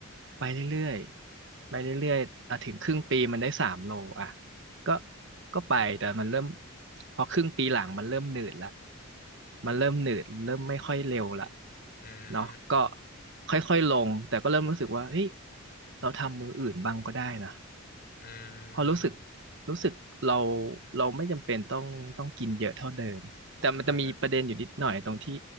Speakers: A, on the right (about 55°); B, on the left (about 45°).
A: ไปเรื่อยๆไปเรื่อยๆอ่ะถึงครึ่งปีมันได้สามโลอ่ะก็ก็ไปแต่มันเริ่มพอครึ่งปีหลังมันเริ่มหนืดละมันเริ่มหนืดเริ่มไม่ค่อยเร็วละ
B: อืม
A: เนาะก็ค่อยๆลงแต่ก็เริ่มรู้สึกว่าเฮ้ยเราทำมืออื่นบ้างก็ได้นะ
B: อื
A: พอรู้สึก
B: ม
A: รู้สึกเราเราไม่จำเป็นต้องต้องกินเยอะเท่าเดิมแต่มันจะมีประเด็นอยู่นิดหน่อยตรงที่
B: ใช่ไหม